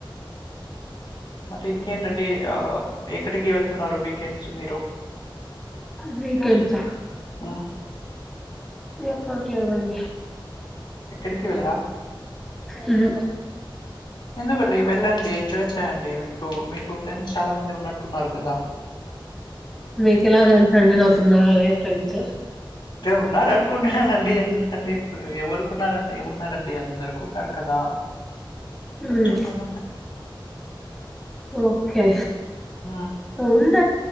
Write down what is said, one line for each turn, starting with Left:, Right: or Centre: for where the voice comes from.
Left: అంటే ఇంకేంటండి ఆ ఎక్కడికి వెళ్తున్నారు వీకెండ్స్ మీరు
Centre: వీకెండ్స్
Left: వా్
Centre: ఎప్ప క అండి
Left: ఎక్కడికి వెళ్ళరా?
Centre: అ
Left: ఎందుకండి వెళ్ళండి ఎంజాయ్ చేయయండి మీకు మీకు ఫ్రెండ్స్ చాలా మంది ఉన్నట్టున్నారు కదా!
Centre: మీకు ఎలా తెలుసండి నాకున్న ఫ్రెండ్స్
Left: ఎరు ఉన్నారుార అనుకుంటున్నానండి ఎందుకంటే ఇప్పుడు ఎవరికున్నారని ఉన్నారు ండి అందరుకుంటారు కదా అందుకు
Centre: ఉమ్,
Left: చెప్పనుంతే
Centre: ఓకే
Left: హ్మ్.
Centre: ఉన్న